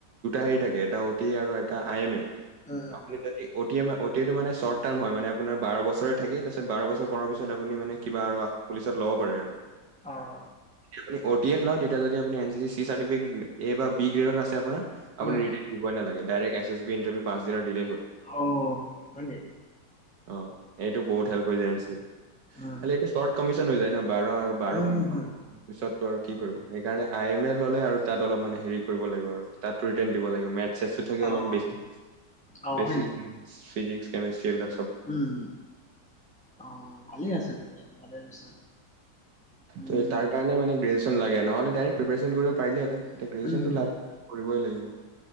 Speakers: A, on the right; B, in the centre.
A: হাৰি থাকে এটা অতি আৰু এটা আই এম এ।
B: উম উম
A: আপুনি
B: উম
A: যদি ওটম এম ঔ তি টো মানে চৰ্টা টাম হয় মানে আপোনাৰ বাৰ বছৰ থাকি তাৰপিছত বাৰ বছৰ কৰা পিছত আকৌ আপুনি মানে কিবা আৰু পুলিচত লগ কৰে আৰু
B: আহ।
A: আপুনি অ টি এ লয় তেতিয়া যদি আপনি N C C C certificate বা বি গ্ৰেড আছে আপোনাৰ আপুনি
B: উম,
A: ৰিটান
B: উম,
A: দিবই নালাগে। Direct S S B interview পাঁচ দিনৰ দিলেই হ'ল।
B: অ হয় নি!
A: অ। এইটো বহুত হেল্প হৈ যায়
B: উম,
A: খালি এইটো শৰ্ট কমিচন হৈ যায় ন বাৰ আৰু বাৰ
B: উম,
A: বাৰ ব
B: উম, হম, হম,
A: পিছত আৰু কি কৰিব সেইকাৰণে আই এম এল ল'লে আৰু তাত অলপ মানে হেৰি কৰিব লাগিব আৰু তাত ৰিতেন দিব লাগিব মে চেচ ও থাকে
B: অ',
A: অলপ বেছি
B: অ',
A: বেচি
B: হয় নেকি?
A: ফিজিক্স কেমেষ্ট্ৰী এই বিলাক
B: উম অ ভালে আছে তেনে ভালে লৈছা। উম,
A: ত তাৰ কাৰণে মানে গ্ৰেছ লাগে নহলে ডাইৰেক্ প্ৰিপেশ্যন কৰিব পিলেহেঁন। এতিয়া গ্ৰেজুৱেচনতটো
B: উম,
A: লাগ কৰিবই লাগিব।